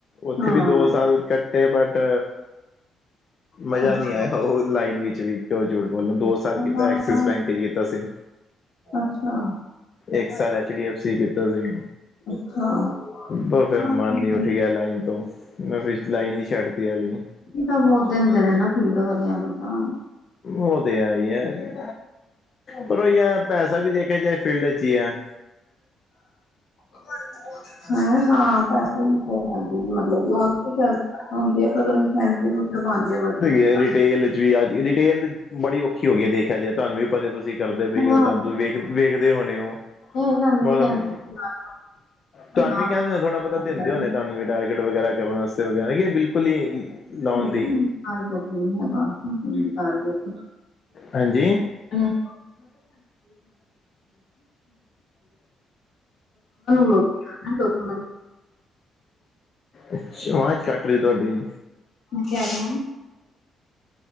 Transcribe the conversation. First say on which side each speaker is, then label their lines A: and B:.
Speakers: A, on the left (about 50°); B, on the left (about 75°).
A: ਉੱਥੇ
B: ਹਾਂ
A: ਵੀ ਦੋ ਸਾਲ ਕੱਟੇ ਬਟ ਮਜਾ
B: ਅੱਛਾ
A: ਨਹੀਂ ਆਇਆ ਉਹ ਲਾਈਨ ਵਿੱਚ ਵੀ ਕਿਉਂ ਜੂਠ ਬੋਲੋ
B: ਹਾਂ,
A: ਦੋ ਸਾਲ ਕੀਤਾ ਐਕਸਿਸ ਬੈਂਕ ਚ ਕੀਤਾ ਸੀ
B: ਅੱਛਾ
A: ਇੱਕ ਸਾਲ ਐਚ ਡੀ ਐਫ ਸੀ ਕੀਤਾ ਸੀ
B: ਅੱਛਾ
A: ਬ ਫਿਰ
B: ਹਾਂ,
A: ਮਨ
B: ਠੀਕ
A: ਨ ਉਠੀ
B: ਹੈ।
A: ਗਿਆ ਲਾਈਨ ਤੋਂ ਮੈਂ ਫ ਲਾਈਨ ਨ ਛੱਡਤੀ ਆ ਲੀਨ
B: ਤਾਂ ਬਹੁਤ ਦਿਨ ਦੇ ਰ ਨਾ ਫੁੱਲਡ ਵਾਲਿਆ ਨੂੰ ਤਾਂ
A: ਉਹ ਤੇ ਹੈ ਹੀ ਹੈ ਪਰ ਉਹ ਪੈਸਾ ਵੀ ਦੇਖਿਆ ਜਾਏ ਫੀਲਡ ਚ ਹੀ ਹੈ
B: ਬਤ ਹੈਂ ਹਾਂ ਪੈਸੇ ਮਤਲਬ ਹੁੰ ਹੈ ਪਰ ਉਹ ਇਨਸਾਨ ੂੱਟ ਬਣ ਜਾੇ ਵਧੀਆ
A: ਡੀਟੇਲ ਵੀ ਅੱਜ ਰਿਟੇਲ ਬੜੀਔਖੀ ਹੋ ਗਈ ਹੈ ਦੇਖਿਆ ਜਾੇ ਤੁਹਾਨੂੰ ਵੀ ਪਤਾ ਤੁਸੀਂ ਕਰਦੇ ਪਏ
B: ਹਾਂ
A: ਹੋ ਤੁਹਾਨੂੰ ਤੁਸੀਂ ਵੇਖ ਵੇਖਦੇ ਹੋਣੇ ਉਹ
B: ਇਹ ਸਾਨੂੰ
A: ਮਤਲਬ
B: ਵੀ ਕਹਿੰਦੇ ਸੀ ਨਾ
A: ਤੁਹਾਨੂੰ
B: ਬਣਾ
A: ਵੀ ਕਹਿੰਦੇ ਨੇ ਥੋੜ੍ਹਾ ਪਤਾ
B: ਆਪਾਂ
A: ਦਿੰਦੇ
B: ਕਰਦੇ
A: ਹੋਣੇ
B: ਨਹੀਂ
A: ਤੁਹਾਨੂੰ ਵੀ ਡਟ ਵਗੈਰਾ ਕਰਨ ਵਾਸਤੇ ਵਗੈਰਾ ਕੀ ਬਿਲਕੁਲ ਹੀ ਲੋਨ
B: ਨਹੀ
A: ਦੀ
B: ਕਾਰਟ ਨਹੀਂ ਹੈਗਾ ਕਾਰਗੇਟ
A: ਹਾਂਜੀ
B: <unintelligible> ਨੂੰ ਲੋਕ ਲੋਕ
A: ਅੱਛ ਵਾ ਚ ਕੱਟ ਰਹੀ ਤੁਹਾਡੀੇ
B: ਕਿਆ ਹੈਗਾ